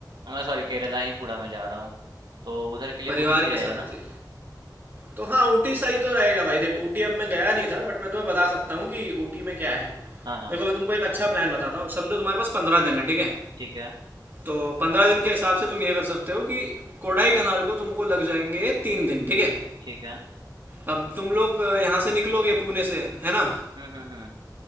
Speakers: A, on the right; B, on the right.
A: हाँ, मैं सॉरी केरला ही पूरा में जा रहा हूँ तो उधर के लिए
B: परिवार
A: ऊटी से ही
B: के
A: रहेगा
B: साथ
A: ना
B: ही तो हाँ ऊटी सही तो रहेगा भाई देख ऊटी अब मैं गया नहीं था बट मैं तुम्हें बता सकता हूँ कि ऊटी में क्या है
A: हाँ हाँ
B: देखो मैं तुमको एक अच्छा प्लान बताता हूँ समझो तुम्हारे पास पंद्रह दिन है ठीक है
A: ठीक है,
B: तो पंद्रह दिन के हिसाब से तुम ये कर सकते हो कि कोडाई कनाल को तुमको लग जाएंगे तीन दिन ठीक है
A: ठीक है।
B: अब तुम लोग यहाँ से निकलोगे पुणे से है ना
A: हुँ, हुँ, हुँ।